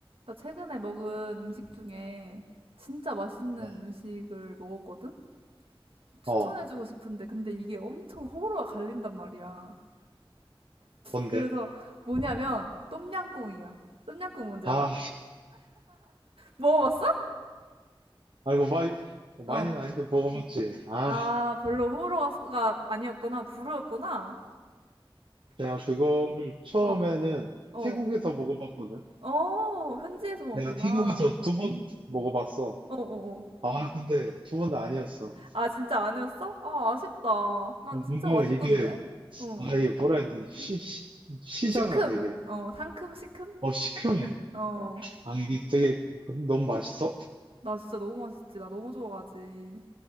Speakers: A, on the right; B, on the right.
A: 나 최근에 먹은 음식 중에 진짜 맛있는
B: 어,
A: 음식을 먹었거든? 추천해주고
B: 어,
A: 싶은데, 근데 이게 엄청 호불호가 갈린단 말이야.
B: 뭔데?
A: 그래서 뭐냐면, 똠양꿍이야. 똠양꿍 뭔지
B: 아,
A: 알아? 먹어봤어?
B: 아이고, 많이, 많이는
A: 어.
B: 아닌데 먹어봤지. 아,
A: 아, 별로 호불호가 아니었구나. 불호였구나.
B: 내가 그거를 처음에는
A: 어, 어.
B: 태국에서 먹어봤거든.
A: 어, 현지에서 먹었구나.
B: 내가 태국에서 두 번 먹어봤어.
A: 어, 어, 어.
B: 아, 근데 두 번 다 아니었어.
A: 아, 진짜 아니었어? 아, 아쉽다. 난
B: 아,
A: 진짜
B: 뭔가
A: 맛있던데.
B: 이게,
A: 어.
B: 아, 이게 뭐라 해야 되지? 시, 시, 시잖아,
A: 시큼.
B: 되게.
A: 어, 상큼, 시큼?
B: 어, 시큼해.
A: 어.
B: 아, 이게 되게 너무 맛있어?
A: 나 진짜 너무 맛있지. 나 너무 좋아하지.